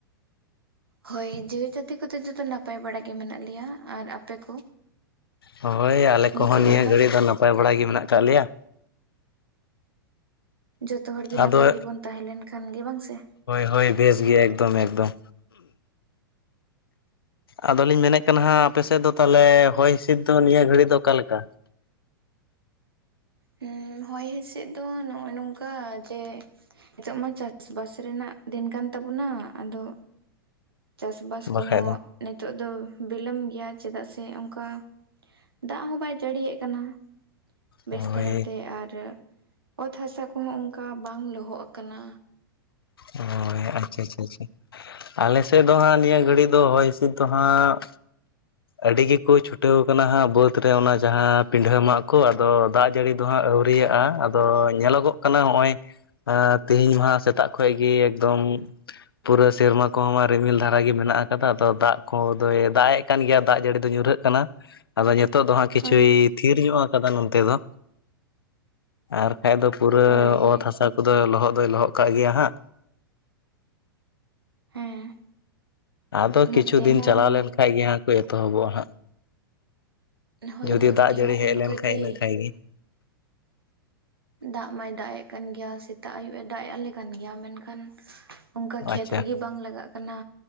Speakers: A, on the right; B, on the left.
A: ᱦᱳᱭ ᱡᱤᱣᱤ ᱡᱟᱹᱛᱤ ᱠᱚᱫᱚ ᱡᱚᱛᱚ ᱱᱟᱯᱟᱭ ᱵᱟᱲᱟᱜ ᱜᱮ ᱢᱮᱱᱟᱜ ᱞᱮᱭᱟ ᱟᱨ ᱟᱯᱮ ᱠᱚ,
B: ᱦᱳᱭ ᱟᱞᱮ ᱠᱚᱸᱦᱚᱸ
A: ᱜᱮ ᱪᱮᱫ
B: ᱱᱤᱭᱟᱹ
A: ᱞᱮᱠᱟ?
B: ᱜᱷᱟᱹᱲᱤᱡ ᱫᱚ ᱱᱟᱯᱟᱭ ᱵᱟᱲᱟ ᱜᱮ ᱢᱮᱱᱟᱜ ᱠᱟᱜ ᱞᱮᱭᱟ,
A: ᱡᱚᱛᱚ ᱦᱚᱲ ᱜᱮ
B: ᱟᱫᱚ
A: ᱱᱟᱯᱟᱭ ᱜᱮᱵᱚᱱ ᱛᱟᱦᱮᱸ ᱞᱮᱱ ᱠᱷᱟᱱ ᱜᱮ ᱵᱟᱝ ᱥᱮ,
B: ᱦᱳᱭ ᱦᱳᱭ ᱵᱮᱹᱥ ᱜᱮ ᱮᱠᱫᱚᱢ ᱮᱠᱫᱚᱢ, ᱟᱫᱚᱞᱤᱧ ᱢᱮᱱᱮᱫ ᱠᱟᱱᱟ ᱦᱟᱸᱜ ᱟᱯᱮ ᱥᱮᱫ ᱫᱚ ᱛᱟᱦᱞᱮ ᱦᱚᱭ ᱦᱤᱸᱥᱤᱫ ᱫᱚ ᱱᱤᱭᱟᱹ ᱜᱷᱟᱹᱲᱤᱡ ᱫᱚ ᱚᱠᱟ ᱞᱮᱠᱟ?
A: ᱦᱩᱸ ᱦᱚᱭ ᱦᱤᱸᱥᱤᱫ ᱫᱚ ᱱᱚᱜᱼᱚᱭ ᱱᱚᱝᱠᱟ ᱡᱮ, ᱱᱤᱛᱚᱜ ᱢᱟ ᱪᱟᱥᱵᱟᱥ ᱨᱮᱱᱟᱜ ᱫᱤᱱ ᱠᱟᱱ ᱛᱟᱵᱩᱱᱟ, ᱟᱫᱚᱼᱼ ᱪᱟᱥᱵᱟᱥ
B: ᱵᱟᱠᱷᱟᱡ
A: ᱠᱚᱦᱚ
B: ᱫᱚ
A: ᱱᱤᱛᱚᱜ ᱫᱚ ᱵᱤᱞᱟᱹᱢ ᱜᱮᱭᱟ ᱪᱮᱫᱟᱜ ᱥᱮ ᱚᱝᱠᱟᱼᱼ ᱫᱟᱜ ᱦᱚᱸ ᱵᱟᱭ ᱡᱟᱹᱲᱤᱭᱮᱜ ᱠᱟᱱᱟ᱾ ᱵᱮᱥ
B: ᱦᱳᱻᱭ᱾
A: ᱫᱷᱟᱨᱟᱛᱮ ᱟᱨ ᱚᱛ ᱦᱟᱥᱟ ᱠᱚᱦᱚ ᱚᱝᱠᱟ ᱵᱟᱝ ᱞᱚᱦᱚᱜ ᱠᱟᱱᱟ᱾
B: ᱦᱳᱭ ᱟᱪᱪᱷᱟ ᱟᱪᱪᱷᱟ ᱟᱪᱪᱷᱟ᱾ ᱟᱞᱮ ᱥᱮᱫ ᱫᱚ ᱦᱟᱸᱜ ᱱᱤᱭᱟᱹ ᱜᱷᱟᱹᱲᱤᱡ ᱫᱚ ᱦᱚᱭ ᱦᱤᱸᱥᱤᱫ ᱫᱚ ᱦᱟᱸᱜ ᱟᱹᱰᱤ ᱜᱮᱠᱩ ᱪᱷᱩᱴᱟᱹᱣ ᱟᱠᱟᱱᱟ ᱦᱟᱸᱜ ᱵᱟᱹᱫᱽ ᱨᱮ ᱚᱱᱟ ᱡᱟᱸᱦᱟᱸ ᱯᱤᱰᱷᱦᱟᱹ ᱢᱟᱜ ᱠᱚ, ᱟᱫᱚ ᱫᱟᱜᱼᱼ ᱡᱟᱹᱲᱤ ᱫᱚ ᱦᱟᱸᱜ ᱟᱹᱣᱨᱤᱭᱟᱜᱼᱟ ᱟᱫᱚ ᱧᱮᱞᱚᱜᱚᱜ ᱠᱟᱱᱟ ᱦᱚᱜᱼᱚᱭ ᱛᱮᱦᱤᱧ ᱢᱟ ᱦᱟᱸᱜ ᱥᱮᱛᱟᱜ ᱠᱷᱚᱡ ᱜᱤ ᱮᱠᱫᱚᱢ ᱯᱩᱨᱟᱹ ᱥᱮᱨᱢᱟ ᱠᱚ ᱦᱚᱸ ᱢᱟ ᱨᱤᱢᱤᱞ ᱫᱷᱟᱨᱟ ᱜᱮ ᱢᱮᱱᱟᱜ ᱟᱠᱟᱫᱟ ᱟᱫᱚ ᱫᱟᱜ ᱠᱚᱫᱚᱭ ᱫᱟᱜ ᱮᱜ ᱠᱟᱱ ᱜᱮᱭᱟ ᱫᱟᱜ ᱡᱟᱹᱲᱤ ᱫᱚ ᱧᱩᱨᱦᱟᱹᱜᱼᱼ ᱠᱟᱱᱟ᱾ ᱟᱫᱚ ᱧᱮᱛᱚᱜ ᱫᱚ ᱦᱟᱸᱜ ᱠᱤᱪᱷᱩᱭ
A: ᱦᱳᱭ
B: ᱛᱷᱤᱨ ᱧᱚᱜ ᱟᱠᱟᱫᱟ ᱱᱚᱱᱛᱮ ᱫᱚ, ᱟᱨᱼᱼ ᱦᱮᱸᱜ ᱫᱚ ᱯᱩᱨᱟᱹ
A: ᱦᱳᱭ
B: ᱚᱛ ᱦᱟᱥᱟ ᱠᱚᱫᱚ ᱞᱚᱦᱚᱜ ᱫᱚᱭ ᱞᱚᱦᱚᱜ ᱠᱟᱜ ᱜᱮᱭᱟ ᱦᱟᱸᱜ᱾
A: ᱦᱮᱸ᱾
B: ᱟᱫᱚ ᱠᱤᱪᱷᱩ
A: ᱱᱚᱛᱮ ᱦᱚᱸ
B: ᱫᱤᱱ ᱪᱟᱞᱟᱣ ᱞᱮᱱᱠᱷᱟᱪ ᱜᱮ ᱦᱟᱸᱜ ᱠᱚ ᱮᱛᱚᱦᱚᱵᱚᱜᱼᱟ ᱦᱟᱸᱜ᱾
A: ᱦᱳᱭ
B: ᱡᱩᱫᱤ
A: ᱱᱚᱛᱮ
B: ᱫᱟᱜ ᱡᱟᱹᱲᱤ
A: ᱦᱚᱸ
B: ᱦᱮᱡ
A: ᱚᱱᱠᱟᱜᱮ
B: ᱞᱮᱱᱠᱷᱟᱡ ᱤᱱᱟᱹ ᱠᱷᱟᱡ ᱜᱤ᱾
A: ᱫᱟᱜ ᱢᱟᱭ ᱫᱟᱜ ᱮᱜ ᱠᱟᱱ ᱜᱮᱭᱟ ᱥᱮᱛᱟᱜ ᱟᱭᱩᱵ ᱮ ᱫᱟᱜ ᱮ ᱟᱞᱮ ᱠᱟᱱ ᱜᱮᱭᱟ, ᱢᱮᱱᱠᱷᱟᱱ ᱚᱱᱠᱟ ᱠᱷᱮᱛ
B: ᱟᱪᱪᱷᱟ
A: ᱨᱮᱜᱮ ᱵᱟᱝ ᱞᱟᱜᱟᱜ ᱠᱟᱱᱟ,